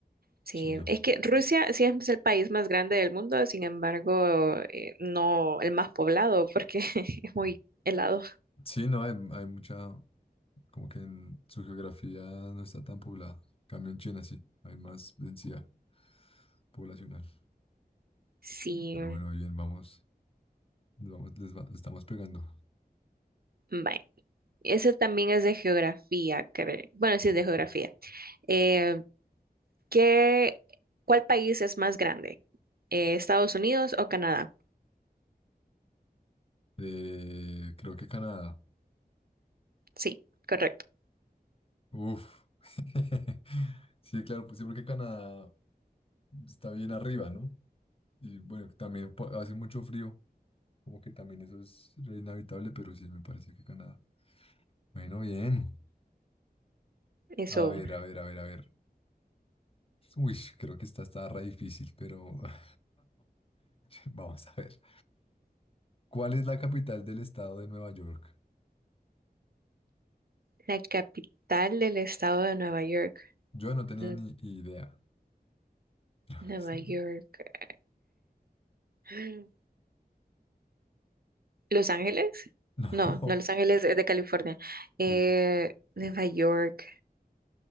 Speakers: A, on the right (about 65°); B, on the left (about 35°).
A: Sí,
B: China.
A: es que Rusia sí es el país más grande del mundo, sin embargo, eh, no el más poblado porque <laughs> es muy helado.
B: Sí, no, hay, hay mucha, como que en su geografía no está tan poblada. En Cambio en China, sí, hay más densidad poblacional.
A: Sí,
B: Pero bueno, bien, vamos, vamos, les, va- le estamos pegando.
A: bye. Ese también es de geografía, cre- Bueno, sí es de geografía. Eh, ¿qué, cuál país es más grande? Eh, ¿Estados Unidos o Canadá?
B: Eh, creo que Canadá.
A: Sí, correcto.
B: Uf. <laughs> Sí, claro, pues sí, porque Canadá está bien arriba, ¿no? Y bueno, también po- hace mucho frío, como que también eso es re inhabitable, pero sí, me parece que Canadá. Bueno, bien.
A: Eso
B: A ver, a ver, a ver, a ver. Uy, creo que esta está re difícil, pero <laughs> vamos a ver. ¿Cuál es la capital del estado de Nueva York?
A: La capital del estado de Nueva York.
B: Yo no tenía
A: Mm,
B: ni idea. <laughs> No,
A: Nueva
B: sale.
A: York. Mm. ¿Los Ángeles?
B: no,
A: No, no Los Ángeles es de California.
B: <laughs>
A: Eh,
B: sí,
A: Nueva York.